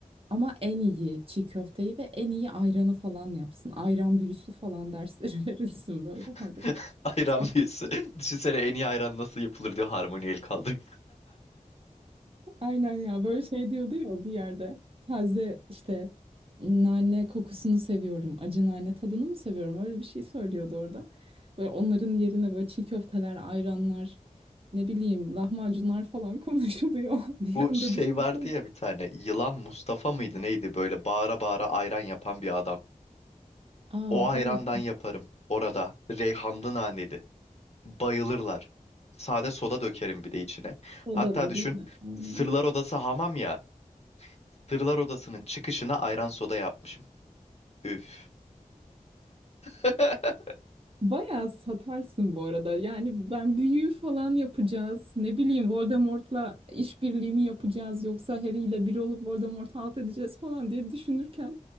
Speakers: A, on the right (about 40°); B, on the left (about 50°).
A: Ama en iyi çiğ köfteyi ve en iyi ayranı falan yapsın. Ayran büyüsü falan dersleri <laughs> verilsin böyle.
B: <laughs>
A: Ha, bu Hogwarts'ta.
B: Ayran büyüsü. Düşünsene en iyi ayran nasıl yapılır diyor harmoni el kaldırıyor.
A: Aynen ya böyle şey diyordu ya bir yerde. Taze işte nane kokusunu seviyorum. Acı nane tadını mı seviyorum? Öyle bir şey söylüyordu orada. Böyle onların yerine böyle çiğ köfteler, ayranlar, ne bileyim lahmacunlar falan konuşuluyor. <laughs> Bir
B: Bu
A: anda
B: şey
A: düşünsene.
B: vardı ya bir tane yılan Mustafa mıydı neydi böyle bağıra bağıra ayran yapan bir adam.
A: Aa
B: O ayrandan
A: evet.
B: yaparım orada reyhanlı naneli. Bayılırlar. Sade soda dökerim bir de içine.
A: Odalı
B: Hatta düşün
A: değil mi? Aynen.
B: Sırlar Odası hamam ya. Sırlar Odası'nın çıkışına ayran soda yapmışım. Üf. <laughs>
A: Bayağı satarsın bu arada. Yani ben büyü falan yapacağız. Ne bileyim Voldemort'la işbirliği mi yapacağız yoksa Harry ile bir olup Voldemort'u alt edeceğiz falan diye düşünürken